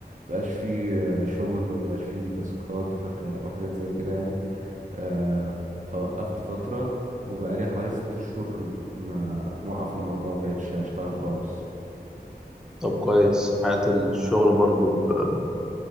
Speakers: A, on the right (about 45°); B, in the centre.
A: بقاش فيه شغل وما بقاش فيه تاسكات وحاجة- وحاجات زي كده يعني آه، فوقفت فترة وبقالي حوالي ست شهور ما موقف الموضوع ما بقتش اشتغل خالص
B: طب كويس حياة الشغل برضو ب...